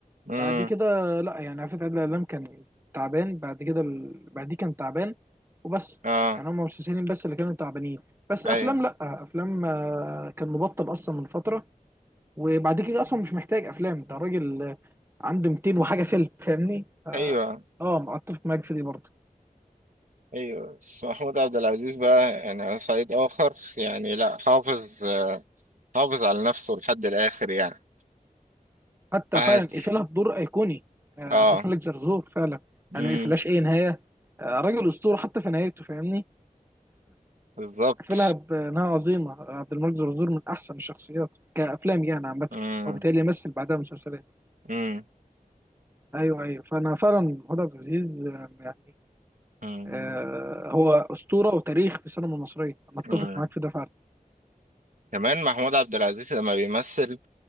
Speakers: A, on the right; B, on the right.
A: آه
B: بعد كده لا يعني عفت عادل إمام كان تعبان بعد كده ال... بعد كان تعبان وبس
A: اه
B: يعني هم مسلسلين بس اللي كانوا تعبانين بس
A: ايوه
B: افلام لا افلام آه، كان مبطل اصلا من فتره وبعد كده اصلا مش محتاج افلام ده راجل آه، عنده 200 وحاجه فيلم فاهمني اه
A: ايوه
B: آه، ما اتفق معاك في دي برضه
A: ايوه بس محمود عبد العزيز بقى يعني على صعيد اخر يعني لا حافظ حافظ على نفسه لحد الاخر يعني
B: حتى
A: عادي
B: فعلا قفلها بدور ايقوني آه،
A: اه
B: عبد الملك زرزور فعلا
A: امم
B: يعني ما قفلهاش اي نهايه آه، راجل اسطوره حتى في نهايته فاهمني
A: بالظبط
B: قفلها بانها عظيمه عبد الملك زرزور من احسن الشخصيات كافلام يعني عامه
A: امم
B: وبالتالي يمثل بعدها مسلسلات
A: امم
B: ايوه ايوه فانا فعلا محمود عبد العزيز آه، يعني
A: امم
B: آه هو اسطوره وتاريخ في السينما المصريه انا اتفق
A: أمم.
B: معاك في ده فعلا
A: كمان محمود عبد العزيز لما بيمثل